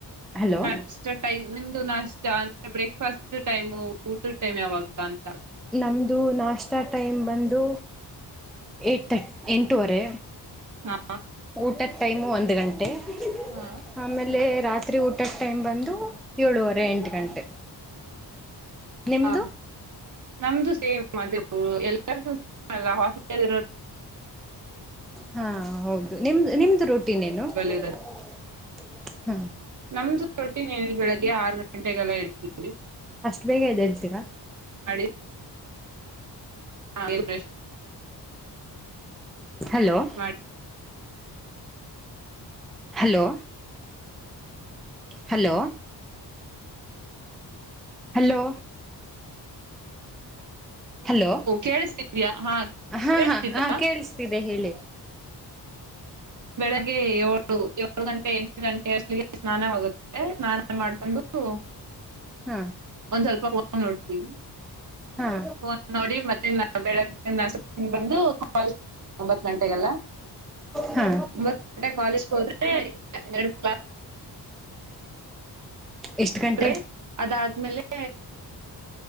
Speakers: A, in the centre; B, on the right.
A: ಹಲೋ
B: ನಾಷ್ಟ ಟೈಮ್, ನಿಮ್ದು ನಾಷ್ಟ <unintelligible> ಬ್ರೇಕ್ ಫಾಸ್ಟ್ ಟೈಮು, ಊಟದ ಟೈಮ್ ಯಾವಾಗ ಅಂತ?
A: ನಮ್ದು ನಾಷ್ಟಾ ಟೈಮ್ ಬಂದು, ಏಟ್ ತ <unintelligible> ಎಂಟುವರೆ
B: ಹಾ
A: ಊಟ <unintelligible> ಟೈಮು ಒಂದ್ ಗಂಟೆ. <unintelligible>
B: ಹಾ
A: ಆಮೇಲೆ ರಾತ್ರಿ ಊಟದ ಟೈಮ್ ಬಂದು, ಏಳೂವರೆ ಎಂಟ್ ಗಂಟೆ. ನಿಮ್ದು
B: ಹಾ, ನಮ್ದು ಸೇಮ್ ಅದೇ. ಎಲ್ಲರಿಗುಪಲ್ <unintelligible>
A: ಹಾ, ಹೌದು. ನಿಮ್ದ ನಿಮ್ದು ರೊಟ್ಟಿ ಿನೇನು <unintelligible>
B: ಇರತ್ತೆ
A: ಹಾ
B: ನಮ್ದು ರೊಟ್ಟಿನೆ ಬೆಳಿಗ್ಗೆ ಆರು ಗಂಟೆಗೆಲ್ಲ ಏಳ್ತೀನಿ.
A: ಅಸ್ಟ್ ಬೇಗ ಎದ್ದೇಳ್ತೀರ.
B: <unintelligible> ನ ಬ್ರಷ್
A: ಹಲೋ
B: ಮಾಡಿ
A: ಹಲೋ ಹಲೋ ಹಲೋ ಹಲೋ
B: ಕೇಳಿಸ್ತಿದ್ಯಾ ಹಾ
A: <unintelligible> ಹಾ
B: ಕೇಳಿಸ್ತಿದ್ಯಾ
A: ಹಾ ಹ ಕೇಳಿಸ್ತಿದೆ ಹೇಳಿ.
B: ಬೆಳಿಗ್ಗೆ ಏಳು ಏಳು ಗಂಟೆ ಎಂಟು ಗಂಟೆ ಅಷ್ಟಿಗೆ ಸ್ನಾನವಾಗುತ್ತೆ ಸ್ನಾನ ಮಾಡ್ಕೊಂಡು
A: ಹಾ
B: ಒಂದ್ ಸ್ವಲ್ಪ ಫೋನ್ ನೋಡ್ತೀವಿ <unintelligible>
A: ಹಾ
B: ಫೋನ್ ನೋಡಿ ಮತ್ತೆ ಬೆಳಗ್ಗೆ ನಾಷ್ಟ ಬಂದು ಒಂಬತ್ ಗಂಟೆಗೆಲ
A: ಹಾ
B: ಒಂಬತ್ ಗಂಟೆ ಕಾಲೇಜ್ಗೆ ಹೋದ್ರೆ ಎರಡು ಕ್ಲಾ
A: ಎಷ್ಟು ಗಂಟೆ
B: ರೇ ಅದಾದ್ಮೇಲೆ